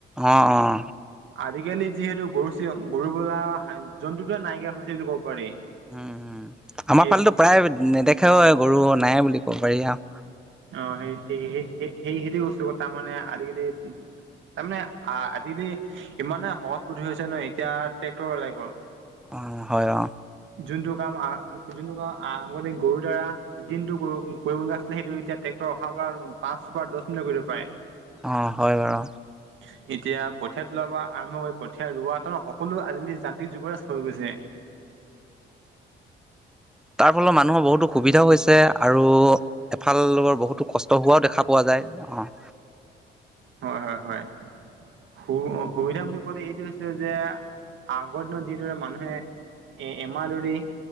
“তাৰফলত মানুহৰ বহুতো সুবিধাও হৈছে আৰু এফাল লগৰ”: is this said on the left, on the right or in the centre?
Centre